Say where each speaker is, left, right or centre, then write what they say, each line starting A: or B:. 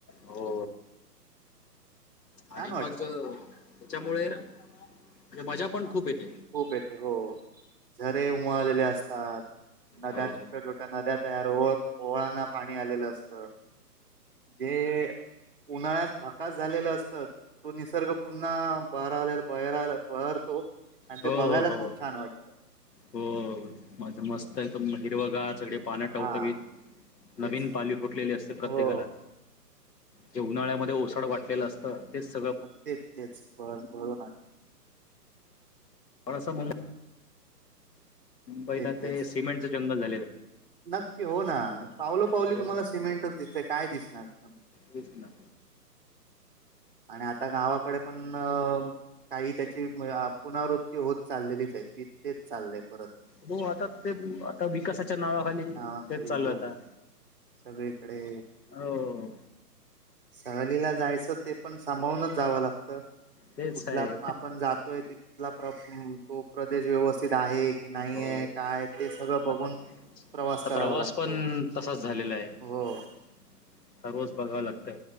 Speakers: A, on the left (about 80°); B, on the right (about 35°).
A: हो
B: छान
A: आणि
B: वाटतं
A: मग ज त्याच्यामुळे म्हणे मजा पण खूप येते.
B: खूप येते हो, झरे उमळलेले असतात नद्या
A: हो
B: छोट्या, छोट्या त्या नद्या तयार ओळ, ओळांना पाणी आलेलं असत जे उन्हाळ्यात भाकास झालेलं असतं, तो निसर्ग पुन्हा बारावीला, बहेराला बहरतो आणि
A: हो
B: ते बघायला
A: हो हो
B: खूप छान वाटतं.
A: हो म्हणजे मस्त एकदम हिरवगार सगळे पान
B: हा
A: टवटवीत
B: तेच
A: नवीन पालवी फुटलेली असते प्रत्येकाला.
B: हो
A: जे उन्हाळ्यामध्ये ओसाड वाटलेलं असतं ते स
B: ते, तेच बस बर ना
A: असं म्हणू पहिला
B: तेच तेच
A: ते सिमेंटचं जंगल झा
B: नक्की हो ना, पावलं- पावली
A: हो
B: तुम्हाला सिमेंटच दिसते काय दिसणार सागं?
A: तेच ना.
B: आण आता गावाकडे पण अं काही त्याची पुनवृत्ती होत चाललेलीच आहे. ती तेच चाललंय परत.
A: हो आता तेच आता विकासाच्या नावाखाली
B: नावाखाली
A: तेच चालू
B: हो
A: आहे. आता
B: सगळीकडे
A: हो
B: <inaudible> सहलीला जायचं ते पण सांभाळूनच जावं लागतं. <inaudible> तीथं
A: तेच
B: कुठला
A: आहे
B: आपण जातोय तिथं- तिथला प्र तो प्रदेश व्यवस्थित आहे. नाही
A: हो
B: आहे काय ते सगळं बघून
A: आता
B: करावा
A: प्रवास
B: लागतो
A: पण तसाच झालेला आहे. <inaudible>
B: हो
A: आता रोज बघाव लागतं.